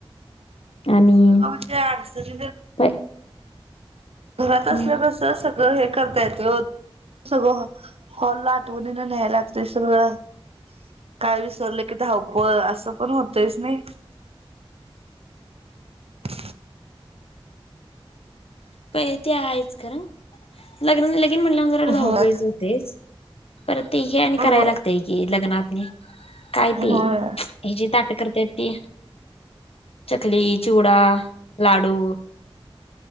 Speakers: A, on the left (about 75°); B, on the right (about 80°).
A: आणि
B: असं का म्हणजे आडच तर
A: प
B: घरात असल्यास
A: हम्म.
B: सगळं हे करता येत. सगळ हॉलला आठवण ना न्यायला लागते सगळं. काय विसरलं की धावपळ, असं पण होतच नाय <inaudible>
A: प ते आहेच खरं, लग्न म्हटल्यान जर
B: होय
A: धाव पळीज होतेच. पर ते हे आणि करायला
B: होय
A: लागते की, लग्नात काय ते
B: होय
A: ह जा करत ती चकली, चिवडा, लाडू.